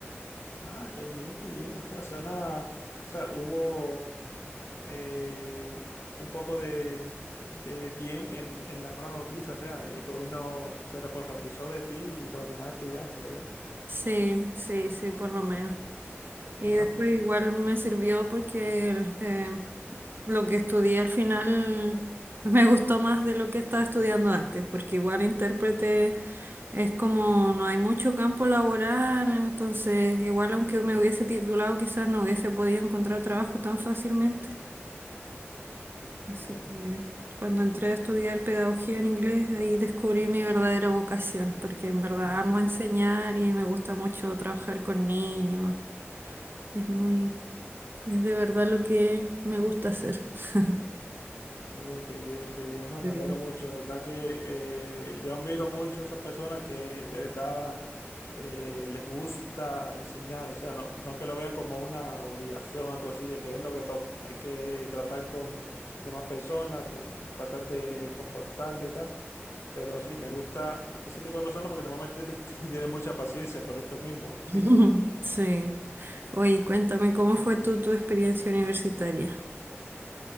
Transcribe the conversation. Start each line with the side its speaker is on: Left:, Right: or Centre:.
Left: Ah, qué bien, qué bien. O sea, suena, o sea, hubo eh, un poco de, de bien en, en la mala noticia. O sea, el gobierno se responsabilizó de ti y los demás estudiantes, veo.
Right: Sí, sí, sí, por lo menos. Y
Left: Menos
Right: después
Left: mal.
Right: igual me sirvió porque eh, lo que estudié al final me gustó más de lo que estaba estudiando antes, porque igual intérprete Es como no hay mucho campo laboral, entonces igual aunque me hubiese titulado quizás no hubiese podido encontrar trabajo tan fácilmente. Así
Left: Ya.
Right: que cuando entré a estudiar pedagogía en inglés, ahí descubrí mi verdadera vocación, porque en verdad
Left: Mm,
Right: amo enseñar y me gusta mucho trabajar con niños. Es muy, es de verdad lo que me gusta hacer. <laughs>
Left: Uh, qué bien, qué bien. No,
Right: Ok.
Left: me alegro mucho. De verdad que eh, yo admiro mucho a esas personas que de verdad eh, les gusta enseñar. O sea, no, no que lo vean como una obligación a cosilla, que es lo que toca. Hay que tratar con demás personas, con tratar de comportarlo y tal. Pero sí, me gusta ese tipo de personas porque normalmente <laughs> tienen mucha paciencia por esto mismo.
Right: <laughs>
Left: <laughs>
Right: Sí. Oye, cuéntame, ¿cómo fue tu, tu experiencia universitaria?